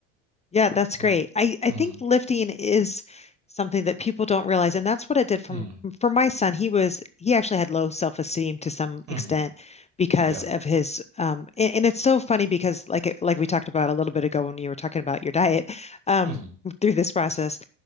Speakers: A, on the left (about 15°); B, on the right (about 55°).
A: Yeah, that's great.
B: Oh.
A: I, I
B: Mm,
A: think lifting is something that people don't realize, and that's what it did from
B: mm,
A: for my son. He was he actually had low self-esteem to some
B: hmm
A: extent because
B: Yeah.
A: of his um and, and it's so funny because like it- like we talked about a little bit ago when you were talking about your diet um
B: hmm
A: through this process,